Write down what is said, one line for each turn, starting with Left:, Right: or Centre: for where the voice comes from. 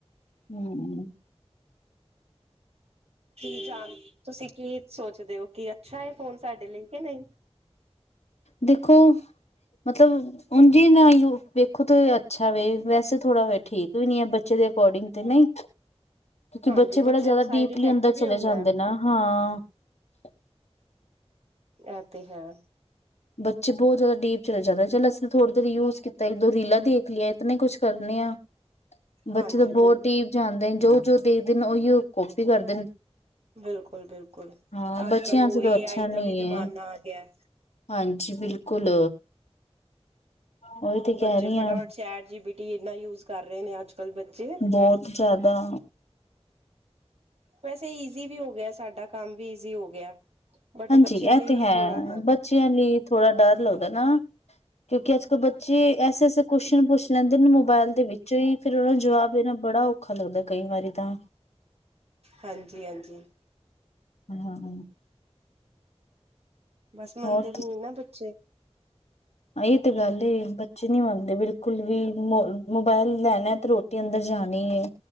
Left: ਹੂੰ,
Right: ਕੀ ਜਾਣ ਤੁਸੀਂ ਕੀ ਸੋਚਦੇ ਹੋ ਕਿ ਅੱਛਾ ਹੈ ਫੋਨ ਸਾਡੇ ਲਈ ਕਿ ਨਹੀਂ
Left: ਦੇਖੋ ਮਤਲਬ ਉਝ ਨਾ ਵੇਖੋ ਤੇ ਅੱਛਾ ਵੇ ਵੈਸੇ ਥੋੜਾ ਠੀਕ ਵੀ ਨੀ ਹੈ ਬੱਚੇ ਦੇ ਅਕੋਰਡਿੰਗ ਤੇ ਨਹੀਂ ਕਿਉਂਕਿ
Right: ਹਾਂਜੀ
Left: ਬੱਚੇ
Right: ਬੱਚਿਆਂ
Left: ਬੜਾ ਜ਼ਿਆਦਾ
Right: ਦਾ ਸਾਈਡ
Left: ਡੀਪਲੀ
Right: ਇਫੈਕਟ
Left: ਅੰਦਰ
Right: ਵੀ
Left: ਚਲੇ
Right: ਹੁੰਦਾ
Left: ਜਾਂਦੇ ਨਾ ਹਾਂ <unintelligible>
Right: ਇ ਤੇ ਹੈਾਂ
Left: ਬੱਚੇ ਬਹੁਤ ਜ਼ਿਆਦਾ ਡੀਪ ਚਲੇ ਜਾਂਦੇ ਚੱਲ ਅਸੀਂ ਤਾਂ ਥੋੜ੍ਹੀ ਦੇਰ ਯੂਜ ਕੀਤਾ ਇਦੋਂ ਰੀਲਾਂ ਦੇਖ ਲਈੀਆਂ ਇਤੇ ਕੁਛ ਕਰਨੇ ਆ ਬੱਚੇ
Right: ਹਾਂਜੀ
Left: ਤਾਂ ਬਹੁਤ
Right: ਬਿਲਕੁਲ
Left: ਦੀਪ ਜਾਂਦੇ ਜੋ ਜੋ ਦੇਖਦੇ ਉਹੀ ਕਾਪੀ ਕਰਦੇ ਨੇ
Right: ਬਿਲਕੁਲ ਬਿਲਕੁਲ
Left: ਹਾਂ
Right: ਅੱਜ
Left: ਬੱਚਿਆਂ
Right: ਕਲ
Left: ਚ
Right: ਉਹ ਏ
Left: ਤਾਂ ਅੱਛਾ
Right: ਆਈ
Left: ਨਹੀਂ
Right: ਦਾ ਵੀ ਜ਼ਮਾਨਾ
Left: ਹੈ
Right: ਆ ਗਿਆ
Left: ਹਾਂਜੀ ਬਿਲਕੁਲ ਉਹੀ ਤੇ
Right: ਬੱਚੇ
Left: ਕਹਿ ਰਹੀ
Right: ਫਟਾਫਟ
Left: ਹਾਂ
Right: ਚੈਟ ਜੀਬੀ ਟੀ ਇਨਾ ਯੂਜ ਕਰ ਰਹੇ ਨੇ ਅੱਜ ਕੱਲ੍ਹ ਬੱਚੇ
Left: ਬਹੁਤ ਜ਼ਿਆਦਾ
Right: ਵੈਸੇ ਈਜ਼ੀ ਵੀ ਹੋ ਗਿਆ ਸਾਡਾ। ਕੰਮ ਵੀ ਈਜ਼ੀ ਹੋ ਗਿਆ। ਬਟ
Left: ਹਾਂਜੀ
Right: ਬੱਚਿਆਂ
Left: ਇਹ
Right: ਲਈ
Left: ਤੇ ਹੈ,
Right: ਥੋੜਾ
Left: ਬੱਚਿਆਂ ਲਈ ਥੋੜਾ ਡਰ ਲੱਗਦਾ ਨਾ। ਕਿਉਂਕਿ ਅੱਜ ਕੱਲ੍ਹ ਬੱਚੇ ਐਸੇ ਐਸੇ ਕੋਸ਼ਚਨ ਪੁੱਛ ਲੈਂਦੇ ਨੇ ਮੋਬਾਇਲ ਦੇ ਵਿੱਚੋਂ ਹੀ, ਫਿਰ ਉਹ ਨੂੰ ਜਵਾਬ ਦੇਣਾ ਬੜਾ ਔਖ ਔਖਾ ਲੱਗਦਾ ਕਈ ਵਾਰੀ ਤਾਂ।
Right: ਹਾਂਜੀ ਹਾਂਜੀ
Left: ਹਮ ਹਮ ਹਮ
Right: ਬਸ ਮੰਨਦੇ
Left: ਹੋਰ
Right: ਵੀ ਨਾ ਬੱਚੇ।
Left: ਆ ਇਹ ਤੇ ਗੱਲ ਏ, ਬੱਚੇ ਨੀ ਮੰਨਦੇ ਬਿਲ ਕੁਲ ਵੀ ਮ ਮੋਬਾਇਲ ਲੈਣਾ ਤੇ ਰੋਟੀ ਅੰਦਰ ਜਾਣੀ ਏ,